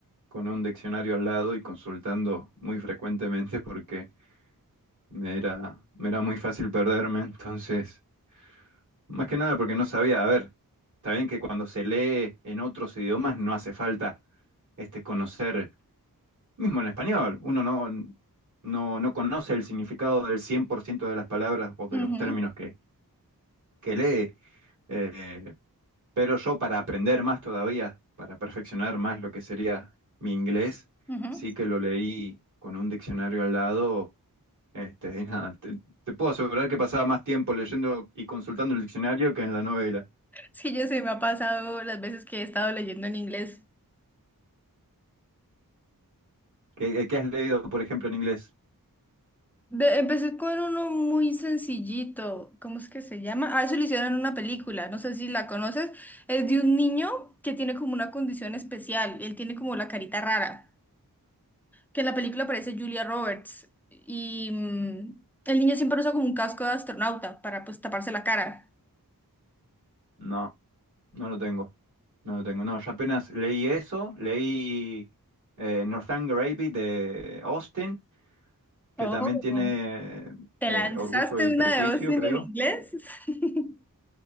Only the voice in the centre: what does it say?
Ujú,
ujú.
Es que yo se me ha pasado las veces que he estado leyendo en inglés.
De- empecé con uno muy sencillito, ¿cómo es que se llama? Ah, eso lo hicieron en una película, no sé si la conoces, es de un niño que tiene como una condición especial, él tiene como la carita rara, que en la película aparece Julia Roberts y mm, el niño siempre usa como un casco de astronauta para pues taparse la cara.
Oh,
¿Te
lanzaste
una
de Austin
en inglés? <laughs>